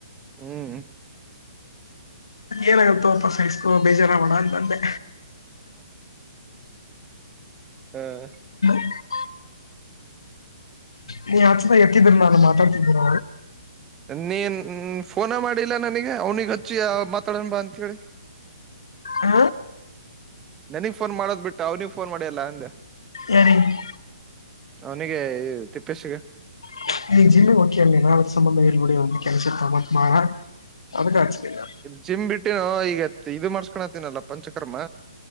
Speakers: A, on the right; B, on the left.
A: ಹ್ಮ್
B: ಏನಾಗುತ್ತೋಪ್ಪ ಸಾಯಸ್ಕೋ ಬೇಜಾರ ಮಾಡೋ ಅಂತ ಬಂದೆ
A: ಹ
B: <unintelligible> ನೀ ಆಚೆನ್ನಾಗ ಎತ್ತಿದಿರ ನಾನು ಮಾತಾಡ್ತಿದ್ದೀರ
A: ನೀನ್ ಫೋನ ಮಾಡಿಲ್ಲ ನನಗೆ ಅವ್ನಿಗೆ ಹಚ್ಚಿ ಮಾತಾಡಣ ಬಾ ಅಂತ ಹೇಳಿ
B: ಹ
A: ನನಗ್ ಫೋನ್ ಮಾಡೋದ್ ಬಿಟ್ಟು ಅವ್ನಿಗ್ ಫೋನ್ ಮಾಡಿಯಲ್ಲ ಅಂದೆ
B: ಯಾರಿಗಿ
A: ಅವನಿಗೆ ತಿಪ್ಪೆಸಿಗೆ
B: <unintelligible> ಹಚ್ಚಲಿಲ್ಲ
A: ಜಿಮ್ ಬಿಟ್ಟಿನೋ ಈಗ ಇದು ಮಾಡ್ಸ್ಕೊಂಡತ್ತನಲ್ಲ ಪಂಚಕರ್ಮ